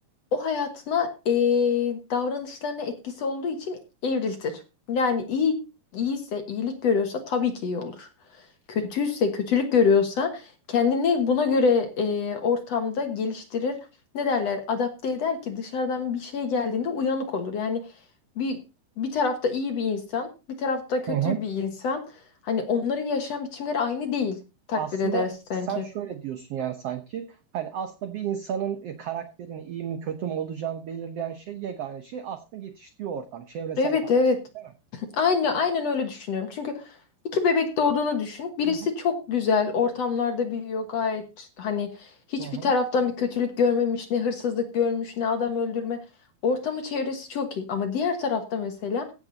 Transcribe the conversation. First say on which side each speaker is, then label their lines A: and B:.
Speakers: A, on the left; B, on the right.
A: o hayatına ee, davranışlarına etkisi olduğu için evriltir. Yani iyi iyiyse, iyilik görüyorsa tabii ki iyi olur. Kötüyse, kötülük görüyorsa kendini buna göre ee, ortamda geliştirir. Ne derler? Adapte eder ki dışarıdan bir şey geldiğinde uyanık olur. Yani bir bir tarafta iyi bir insan, bir tarafta kötü
B: Hı hı.
A: bir insan. Hani onların yaşam biçimleri aynı değil takdir
B: Aslında
A: edersen
B: sen
A: ki.
B: şöyle diyorsun yani sanki hani aslında bir insanın e, karakterini iyi mi kötü mü olacağını belirleyen şey yegane şey aslında yetiştiği ortam, çevresel
A: Evet
B: faktör,
A: evet.
B: değil mi?
A: Aynı
B: Tamam.
A: aynen öyle düşünüyorum. Çünkü iki bebek doğduğunu düşün. Birisi
B: Hı hı,
A: çok güzel ortamlarda büyüyor gayet hani hiçbir
B: hı hı.
A: taraftan bir kötülük görmemiş, ne hırsızlık görmüş, ne adam öldürme. Ortamı çevresi çok iyi. Ama diğer tarafta mesela